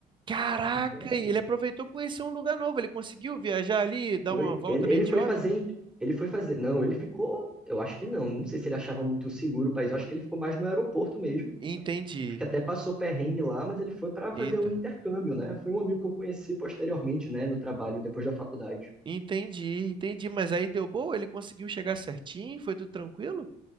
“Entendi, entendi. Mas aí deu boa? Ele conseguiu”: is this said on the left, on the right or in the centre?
Right